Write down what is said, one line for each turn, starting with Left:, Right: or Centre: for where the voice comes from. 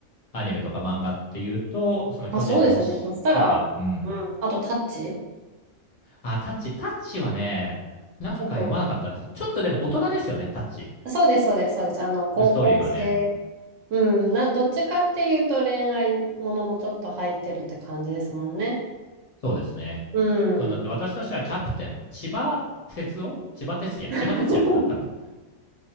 Left: アニメとか漫画っていうと、その巨人の星とか、
Right: あ、そうですよね。そしたら、
Left: うん。
Right: うん。あと、タッチ
Left: あ、タッチ、タッチはね、なんか読まなかったんです。
Right: ちょっと。
Left: ちょっとでも大人ですよね、タッチ。
Right: そうです、そうです、そうです。あの、高校生。
Left: ストーリーがね。
Right: うん。な、どっちかっていうと恋愛ものもちょっと入ってるって感じですもんね。
Left: そうですね。
Right: うん。
Left: そうなので、私としてはキャプテン、千葉哲夫千葉哲也千葉哲也かな、
Right: <laughs>
Left: 多分 <laughs> っ